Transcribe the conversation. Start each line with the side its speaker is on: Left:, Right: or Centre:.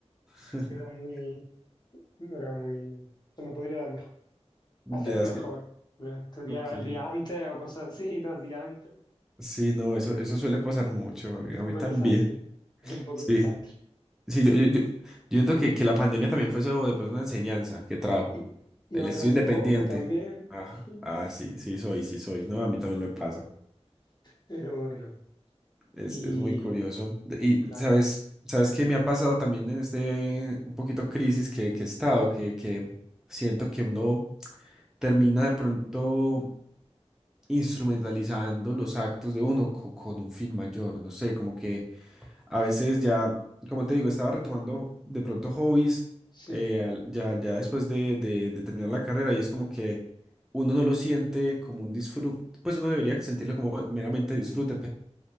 Centre: <laughs>
Left: no era muy, no era muy, se me podría dar mejor.
Centre: Ya
Left: Hacerlo
Centre: es
Left: mejor.
Centre: que,
Left: Lo estudiaba
Centre: ok.
Left: el día antes o cosas así, <laughs> dos días antes.
Centre: Sí, no, eso, eso suele pasar mucho, a
Left: Un
Centre: mí,
Left: poco
Centre: a mí también.
Left: desastre. Es un poco
Centre: Sí,
Left: desastre.
Centre: sí, yo, yo, yo- yo siento que, que la pandemia también fue eso, pues, una enseñanza que trajo.
Left: Y, iba
Centre: El
Left: a
Centre: estudio
Left: clase
Centre: independiente.
Left: poco también.
Centre: Ah,
Left: <laughs>
Centre: ah, sí, sí soy, sí soy. No, a mí también me pasa.
Left: Pero bueno.
Centre: Es,
Left: Y
Centre: es muy curioso. De- Y
Left: claro,
Centre: sabes, sabes que me ha pasado también en este un poquito crisis que, que he estado, que, que siento que uno termina de pronto instrumentalizando los actos de uno co- con un fin mayor. No sé, como que a veces ya, como te digo, estaba retomando de pronto hobbies
Left: sí.
Centre: eh, al- ya, ya después de, de, de terminar la carrera y es como que uno no lo siente como un disfrute. Pues uno debería sentirlo como meramente disfrute,